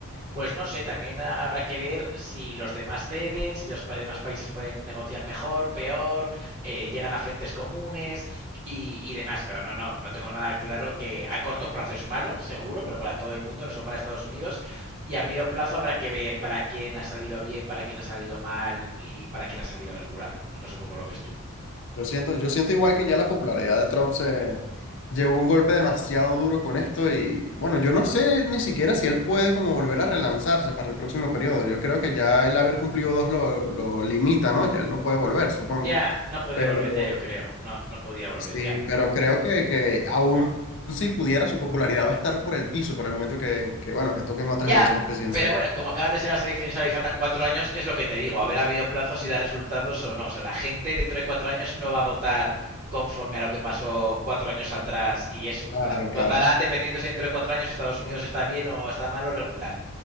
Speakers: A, on the right; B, on the left.
A: pues no sé, también habrá que ver si los demás ceden, si los pa- demás países pueden negociar mejor, peor, eh, llegan a frentes comunes y, y demás. Pero no, no, no tengo nada claro que a corto plazo es malo, seguro, pero para todo el mundo, no solo para Estados Unidos. Y a medio plazo habrá que ver para quién ha salido bien, para quién ha salido mal y para quién ha salido regular. No sé cómo lo ves tú.
B: Yo siento, yo siento igual que ya la popularidad de Trump se llevó un golpe demasiado duro con esto y bueno, yo no sé ni siquiera si él puede como volver a relanzarse para el próximo periodo. Yo creo que ya el haber cumplido dos lo, lo limita, ¿no? Ya él no puede volver, supongo.
A: Ya, no puede
B: Pero
A: volver ya, yo creo. No, no podía volver
B: sí,
A: ya.
B: pero creo que, que aún si pudiera, su popularidad va a estar por el piso por el momento que, que bueno, que toquen otras
A: Ya,
B: elecciones presidenciales.
A: pero bueno, como acaban de ser las elecciones ahora y faltan cuatro años, es lo que te digo, a ver a medio plazo si da resultados o no. O sea, la gente dentro de cuatro años no va a votar conforme a lo que pasó cuatro años atrás y eso.
B: Claro,
A: Votarán
B: claro.
A: dependiendo si dentro de cuatro años Estados Unidos está bien o está mal o regular.